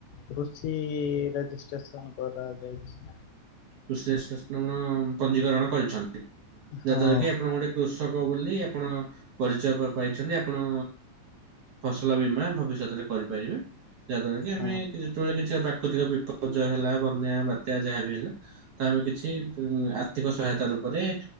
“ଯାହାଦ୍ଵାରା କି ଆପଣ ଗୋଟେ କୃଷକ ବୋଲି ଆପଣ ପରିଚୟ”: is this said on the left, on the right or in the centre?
Right